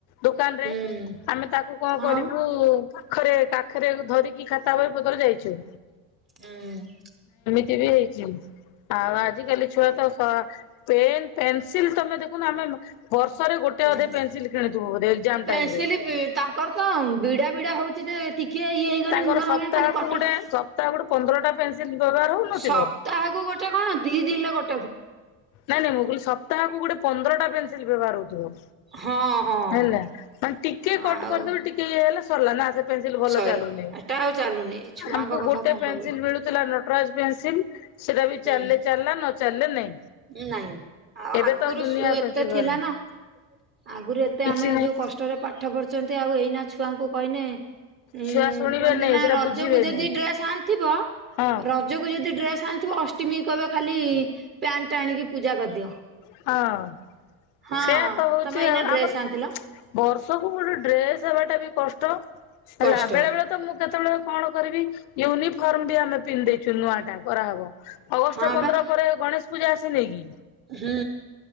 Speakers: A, on the left; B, on the right.
A: ଦୋକାନରେ
B: ହୁଁ
A: ଆମେ ତାକୁ କଣ କରିବୁ।
B: ଆଉ
A: କାଖରେ କାଖରେ ଧରିକି ଖାତା ବହି ପତ୍ର ଯାଇଛୁ।
B: ହୁଁ।
A: ସିଏ ବି ହେଇଚି। ଆଉ ଆଜିକାଲି ଛୁଆ ତ ସ ପେନ୍ ପେନସିଲ ତମେ ଦେଖୁନ ଆମେ ମ ବର୍ଷରେ ଗୋଟେ
B: ହୁଁ
A: ଅଧେ ପେନସିଲ କିଣିଥିବୁ ବୋଧ ଏକ୍ଜାମ
B: ପେନସିଲ
A: ଟାଇମରେ।
B: ତାଙ୍କର ତ ବିଡା ବିଡା ହଉଛି ଟିକେ ଇଏ ହେଇଗଲେ
A: ତାଙ୍କର
B: ମୁନ
A: ସପ୍ତାହକୁ
B: ଭାଙ୍ଗିଗଲେ ଖାଲି କଟର-
A: ଗୋଟେ ସପ୍ତାହ ଗୋଟେ ପନ୍ଦରଟା ପେନସିଲ ବ୍ୟବହାର ହଉନଥିବ।
B: ସପ୍ତାହକୁ ଗୋଟେ କଣ ଦି ଦିନରେ ଗୋ
A: ନାଁ ନାଇଁ ମୁଁ କଇଲି ସପ୍ତାହକୁ ଗୋଟେ ପନ୍ଦରଟା ପେନସିଲ ବ୍ୟବହାର ହୋଉଥୁବ।
B: ହଁ ହଁ
A: ହେଲା ମାନେ ଟିକେ କଟ
B: ଆଉ
A: କରିଦେବେ ଟିକେ ଇଏ ହେଲେ ସରଲା ନାଁ ପେନିଶିଲ ଭଲ
B: ସଇଲା
A: ଚାଲୁନି।
B: ଏଟା ଆଉ ଚାଲୁନି ଛୁଆଙ୍କ
A: ଆମକୁ
B: କଥା
A: ଗୋଟେ
B: କଣ
A: ପେନସିଲ
B: କହିବୁ
A: ମିଳୁଥିଲା ନଟରାଜ ପେନସିଲ ସେଟା ବି
B: ହୁଁ
A: ଚାଲିଲେ ଚାଲିଲା ନ ଚାଲେ ନାଇଁ।
B: ନାଇଁ ଆଉ
A: ଏବେ
B: ଆଗୁରୁ
A: ତ ଦୁନିଆ
B: ସୁ ଏତେ
A: ପେନସିଲ ବାହାରିଲାଣି
B: ଥିଲା ନାଁ ଆଗରୁ ଏ
A: କିଛି
B: ଆମେ
A: ନାଇଁ।
B: ଯୋଉ କଷ୍ଟରେ ପାଠ ପଢୁଛନ୍ତି ଆଉ ଏଇନା ଛୁଆଙ୍କୁ କହିନେ- ଉଁ
A: ଛୁଆ ଶୁଣିବେନି
B: କୁହନ୍ତି ନାଁ
A: ସେଟା
B: ରଜକୁ
A: ବୁଝିବେନି
B: ଯଦି ଡ୍ରେସ ଆଣିଥିବ
A: ହଁ
B: ରଜୁକୁ ଯଦି ଡ୍ରେସ ଆଣିଥିବ ଅଷ୍ଟିମୀ କହିବେ ଖାଲି ପ୍ୟାଣ୍ଟଟେ ଆଣିକି ପୂଜା କରିଦିଅ।
A: ହଁ।
B: ହଁ
A: ସେଇଆ ତ ହଉଚି
B: ତମେ ଏଇନା ଡ୍ରେସ
A: ଆମର ତ
B: ଆଣିଥିଲ
A: ବର୍ଷକୁ ଗୋଟେ ଡ୍ରେସ୍ ହେବାଟା ବି କଷ୍ଟ। ହେଲା
B: କଷ୍ଟ
A: ବେଳେ ବେଳେ ତ ମୁଁ କେତେବେଳେ କଣ କରିବି- ୟୁନିଫର୍ମ ବି ଆମେ ପିନ୍ଧି ଦେଇଚୁ ନୂଆଟା କରାହେବ ଅଗଷ୍ଟ
B: ହଁ
A: ପନ୍ଦର
B: ବା
A: ପରେ ଗଣେଶ ପୂଜା ଆସି ନେଇକି?
B: ହୁଁ।